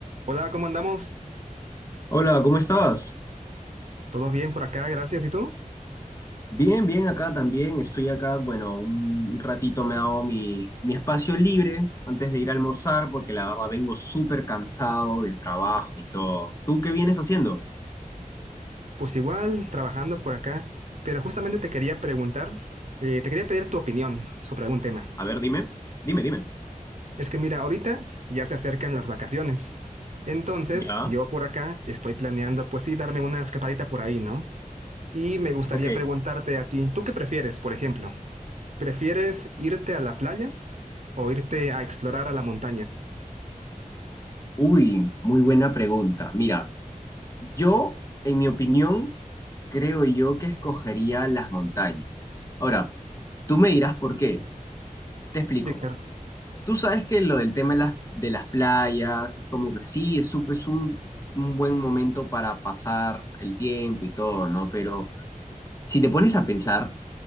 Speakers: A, on the right (about 55°); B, on the left (about 20°).
A: Hola, ¿cómo andamos?
B: Hola, ¿cómo estás?
A: ¿Todo bien por acá? Gracias. ¿Y tú?
B: Bien, bien, acá también. Estoy acá, bueno, un ratito me he dado mi, mi espacio libre antes de ir a almorzar porque la verdad vengo súper cansado del trabajo y todo. ¿Tú qué vienes haciendo?
A: Pues igual, trabajando por acá. Pero justamente te quería preguntar, eh, te quería pedir tu opinión sobre algún tema.
B: A ver, dime, dime, dime.
A: Es que mira, ahorita ya se acercan las vacaciones. Entonces,
B: ¿Ya?
A: yo por acá estoy planeando, pues sí, darme una escapadita por ahí, ¿no? Y me gustaría
B: Ok.
A: preguntarte a ti, ¿tú qué prefieres, por ejemplo? ¿Prefieres irte a la playa o irte a explorar a la montaña?
B: Uy, muy buena pregunta. Mira, yo, en mi opinión, creo yo que escogería las montañas. Ahora, tú me dirás por qué. Te explico.
A: Sí, claro.
B: Tú sabes que lo del tema de las, de las playas es como que sí, es, un- es un, un buen momento para pasar el tiempo y todo, ¿no? Pero si te pones a pensar,